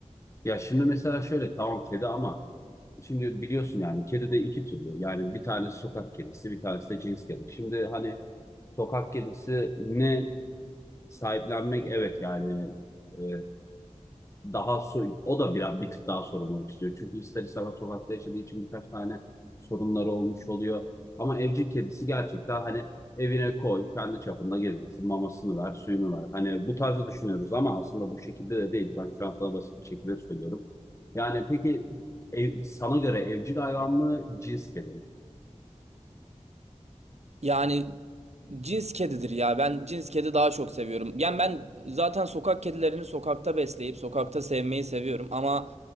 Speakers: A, on the left (about 25°); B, on the right (about 65°).
A: Ya şimdi mesela şöyle tamam kedi ama şimdi biliyorsun yani kedi de iki türlü. Yani bir tanesi sokak kedisi bir tanesi de cins kedi. Şimdi hani sokak kedisi ne sahiplenmek evet yani e, daha so o da biraz bir tık daha sorumluluk istiyor. Çünkü ister istemez sokakta yaşadığı için birkaç tane sorunları olmuş oluyor. Ama evcil kedisi gerçekten hani evine koy, kendi çapında gezdirsin, mamasını ver, suyunu ver. Hani bu tarzda düşünüyoruz ama aslında bu şekilde de değil. Ben şu an sana basit bir şekilde söylüyorum. Yani peki ev- sana göre evcil hayvan mı, cins kedi mi?
B: Yani cins kedidir ya. Ben cins kedi daha çok seviyorum. Yani ben zaten sokak kedilerini sokakta besleyip sokakta sevmeyi seviyorum. Ama